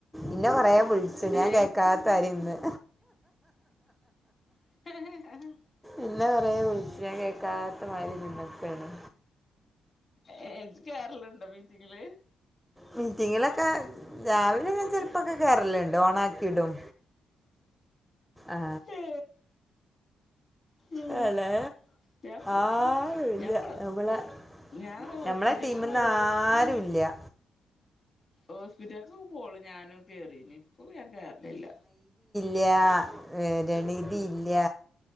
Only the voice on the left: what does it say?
ഏ
<unintelligible>
ഏ ജ് കേർല്ണ്ടോ മീറ്റിങ്ങില്
ഏ ഉം
ഞാ
ഞാൻ പ്ര
ഞാനോസ്പിറ്റല്ക്കോവോളം
ഞാന് ഹോസ്പിറ്റല്ക്ക് പോവോളു ഞാനും കേറിനി <unintelligible> ഞാൻ കേറലില്ല